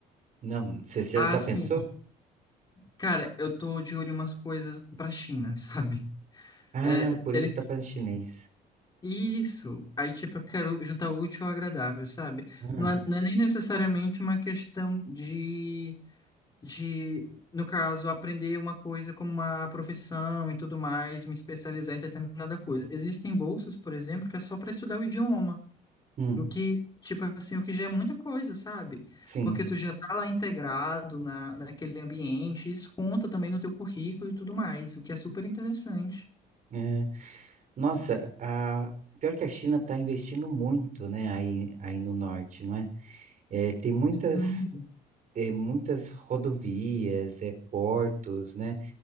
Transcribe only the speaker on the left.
Ah,
sim.
Cara, eu tô de olho em umas coisas pra China, <laughs> sabe?
É,
ele...
Isso. Aí, tipo, eu quero juntar o útil ao agradável, sabe?
Não é, não é nem necessariamente uma questão de de, no caso, aprender uma coisa como uma profissão e tudo mais, me especializar em determinada coisa. Existem bolsas, por exemplo, que é só para estudar o idioma,
o que, tipo assim, o que já é muita coisa, sabe?
Porque tu já tá lá integrado na, naquele ambiente, isso conta também no teu currículo e tudo mais, o que é super interessante.
Hum.